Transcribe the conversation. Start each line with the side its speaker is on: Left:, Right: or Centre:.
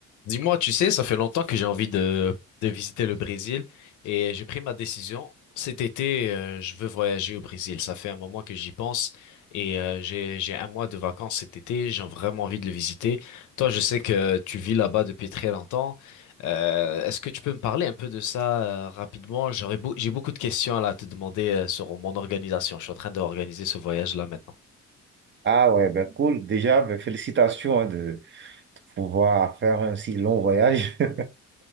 Left: Dis-moi, tu sais, ça fait longtemps que j'ai envie de, de visiter le Brésil et j'ai pris ma décision. Cet été, euh, je veux voyager au Brésil. Ça fait un moment que j'y pense et euh, j'ai, j'ai un mois de vacances cet été. J'ai vraiment envie de le visiter. Toi, je sais que tu vis là-bas depuis très longtemps. Euh, est-ce que tu peux me parler un peu de ça euh, rapidement? J'aurais beau- j'ai beaucoup de questions là, à te demander euh, sur mon organisation. Je suis en train d'organiser ce voyage-là maintenant.
Right: Ah ouais, ben cool. Déjà, ben félicitations hein, de, de pouvoir faire un si long voyage. <laughs>